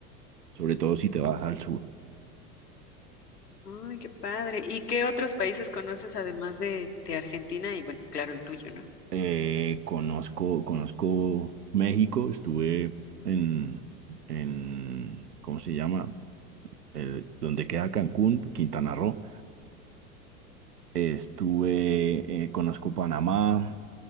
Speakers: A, on the right (about 80°); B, on the left (about 80°).
A: sobre todo si te vas al sur.
B: Ay, qué padre. ¿Y qué otros países conoces además de, de Argentina y, bueno, claro, el tuyo, ¿no?
A: Eh, conozco, conozco México, estuve en, en, ¿cómo se llama? El- donde queda Cancún, Quintana Roo. Estuve, eh, conozco Panamá,